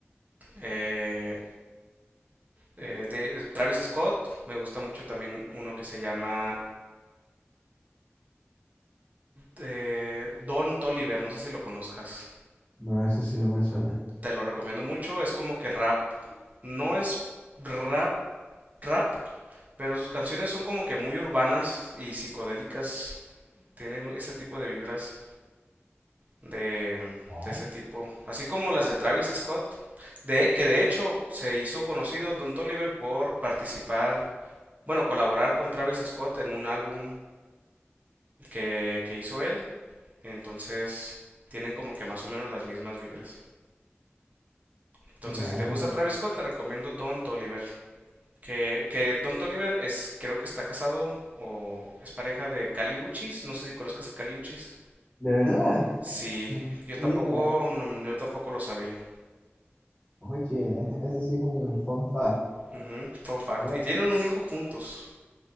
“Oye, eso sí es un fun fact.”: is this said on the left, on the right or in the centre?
Left